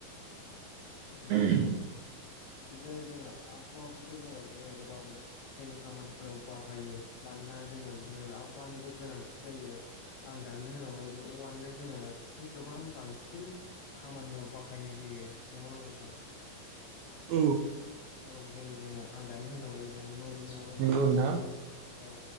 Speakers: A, on the left; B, on the right.
A: उम।
B: <inaudible>
A: बिदिनो जोंङो आबहावाखौथ' जोंङो बिदिनो गोबां जोंनि खामानिफोराव बाहायो मा दाना जोंङो बिदिनो आबहानिबो गोनांथि जायो आं दाननो होनांनाय बिदि औवानिनो जोंङो गोबां बांसिन खामानियाव बाहायनाय जायो नंगौ ना नङा नोंथां?
B: औ।
A: औ जेरै जोंङो आं दानि होनलांनायदिनो न' लुनायावनो
B: नंगौ
A: बाहायनाय
B: नोंथां
A: <unintelligible> औ।